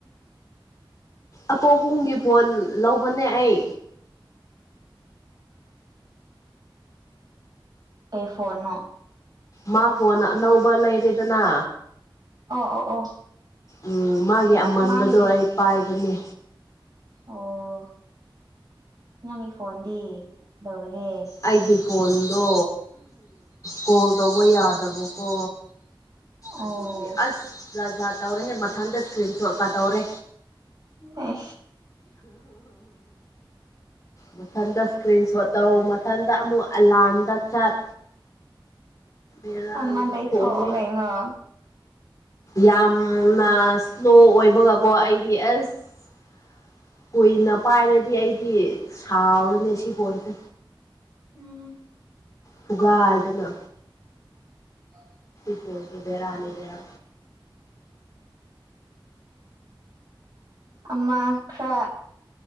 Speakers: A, on the left; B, on the right.
A: ꯑꯄꯣꯛꯄꯨꯝꯒꯤ ꯐꯣꯟ ꯂꯧꯕꯅꯦ ꯑꯩ
B: ꯑꯩ ꯐꯣꯟꯅꯣ
A: ꯃꯥ ꯐꯣꯟ ꯑꯅꯧꯕ ꯂꯩꯔꯦꯗꯅ
B: ꯑꯣ ꯑꯣ ꯑꯣ
A: ꯎꯝ ꯃꯥꯒꯤ ꯑꯃꯟꯕꯗꯣ
B: ꯃꯥꯒꯤꯗꯨ
A: ꯑꯩ ꯄꯥꯏꯕꯅꯦ
B: ꯑꯣ ꯅꯪꯒꯤ ꯐꯣꯟꯗꯤ ꯇꯧꯔꯒꯦ
A: ꯑꯩꯒꯤ ꯐꯣꯟꯗꯣ ꯀꯣꯜ ꯇꯧꯕ ꯌꯥꯗꯕꯀꯣ
B: ꯑꯣ
A: ꯑꯗꯨꯒꯤ ꯑꯁ ꯖꯥ ꯖꯥ ꯇꯧꯔꯦꯍꯦ ꯃꯊꯟꯗ ꯏꯁꯀ꯭ꯔꯤꯟ ꯁꯣꯠꯀ ꯇꯧꯔꯦ
B: ꯑ
A: ꯃꯊꯟꯗ ꯏꯁꯀ꯭ꯔꯤꯟ ꯁꯣ ꯇꯧ ꯃꯊꯟꯗ ꯑꯃꯨꯛ ꯑꯦꯂꯥꯝꯗ ꯆꯠ ꯌꯦ
B: ꯑꯃ ꯂꯩꯊꯣꯛꯑꯣ
A: ꯐꯅꯤ
B: ꯀꯩꯅꯣ
A: ꯌꯥꯝ ꯏꯁ꯭ꯂꯣ ꯑꯣꯏꯕꯒꯀꯣ ꯑꯩꯗꯤ ꯑꯁ ꯀꯨꯏꯅ ꯄꯥꯏꯔꯗꯤ ꯑꯩꯗꯤ ꯁꯥꯎꯔꯅꯦ ꯁꯤ ꯄꯣꯟꯁꯦ
B: ꯎꯝ
A: ꯊꯨꯒꯥꯏꯗꯅ
B: ꯑ
A: ꯑꯣꯏꯒꯦ ꯕꯔꯥꯅꯤꯕꯔ
B: ꯑꯃ ꯈꯔ